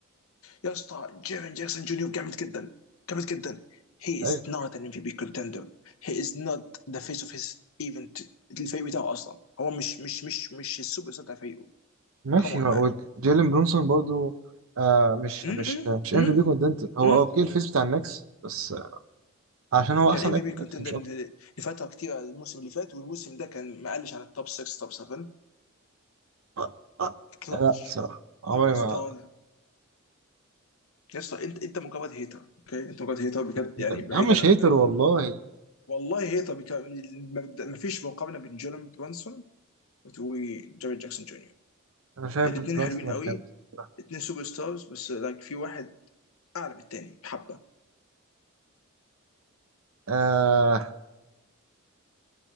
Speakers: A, on the left; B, on the right.
A: يا اسطى جيرين جاكسون جونيور جامد جدا جامد جدا he is
B: أيوة.
A: not an MVP contender he is not the face of his even الفريق بتاعه اصلا هو مش مش مش مش السوبر ستار بتاع فريقه
B: ماشي
A: come on
B: هو
A: man
B: جيلين برونسون برضو آه مش
A: م-
B: مش مش ام
A: م-
B: في بي كوندنتر هو
A: م-
B: اوكي الفيس بتاع النكس بس آه، عشان هو
A: كان
B: احسن
A: ام
B: لعيب
A: في بي
B: في النكس
A: كونتندر
B: مش اكتر
A: لفتره كتير الموسم اللي فات والموسم ده كان ما قلش عن التوب 6 توب 7
B: آه، آه.
A: كلتش
B: لا الصراحه عمري
A: سوبر
B: ما
A: ستار يا اسطى انت انت مجرد هيتر اوكي انت مجرد هيتر بجد
B: يا
A: يعني بعيدا
B: عم مش
A: عن
B: هيتر والله
A: والله هيتر بك... ما فيش مقارنه بين جيلن برانسون وجاريد جاكسون جونيور
B: انا شايف
A: الاثنين
B: برونسون
A: حلوين
B: الخامس
A: قوي
B: بصراحة.
A: اثنين سوبر ستارز بس لايك في واحد اعلى من الثاني بحبه
B: آه